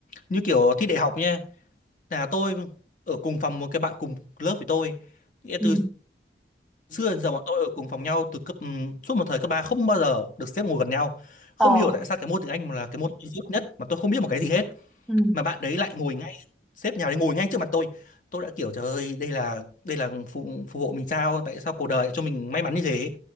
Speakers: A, on the left; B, in the centre.
A: như kiểu thi đại học nha. Là tôi ở cùng phòng một cái bạn cùng lớp với tôi. Nghĩa
B: ừ.
A: từ xưa đến giờ bọn tôi ở cùng phòng nhau từ cấp ừm, suốt một thời cấp 3 không bao giờ được xếp ngồi gần nhau. Không
B: ờ
A: hiểu tại sao cái môn tiếng Anh là cái môn duy nhất mà tôi không biết một cái gì hết
B: ừ
A: mà bạn đấy lại ngồi ngay sếp nhà đấy ngồi ngay trước mặt tôi tôi đã kiểu trời ơi đây là đây là phù phù hộ mình sao tại sao cuộc đời lại cho mình may mắn như thế